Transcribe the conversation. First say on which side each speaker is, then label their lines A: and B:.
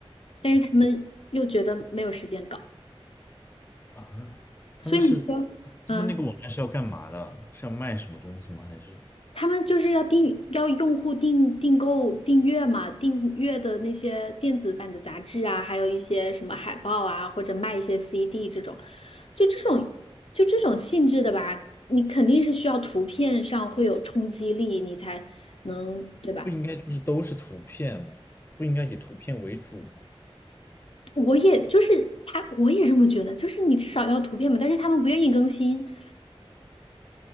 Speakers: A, on the left; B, on the left.
A: 但是他们又觉得没有时间搞，
B: 对啊，他们是
A: 所以你说，
B: 他们那个网站是要干嘛的？
A: 嗯。
B: 是要卖什么东西吗？还是
A: 他们就是要订要用户订订购订阅嘛，订阅的那些电子版的杂志啊，还有一些什么海报啊，或者卖一些 CD 这种，就这种就这种性质的吧，你肯定是需要图片上会有冲击力，你才能，对吧？
B: 不应该就是都是图片吗？不应该以图片为主吗？
A: 我也就是他，我也这么觉得，就是你至少要图片嘛，但是他们不愿意更新。